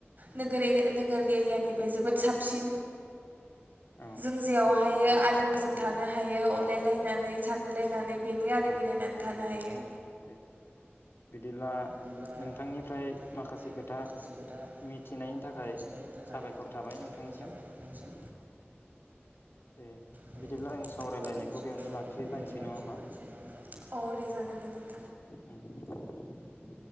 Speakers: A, on the right; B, on the left.
A: नोगोर एरिया नोगोर एरियानिफ्राय जोबोद साबसिन
B: औ
A: जों जेयावहायो
B: दे
A: आलो गोजोन थानो हायो अनलायलायनानै सानलायलायनानै बेनो आरो
B: उम
A: मिलायनानै थानो हायो
B: दे बिदिब्ला
A: बिदिब्ला
B: नोंथांनिफ्राय
A: नोंथांनिफ्राय
B: माखासे खोथा
A: माखासे खोथा
B: मिथिनायनि थाखाय
A: मिथिनायनि थाखाय
B: साबायखर थाबाय
A: साबायखर
B: नोंथांनिसिम
A: थाबाय नोंथांनिसिम
B: दे
A: दे
B: बिदिब्ला आं सावरायलायनायखौ
A: बिदिब्ला आं सावरायलायनायखौ
B: बेयावनो लाखिलायनोसै
A: बेयावनो लाखि
B: नङा होमबा
A: लसै नङा होमबा औ दे जागोन दे
B: उम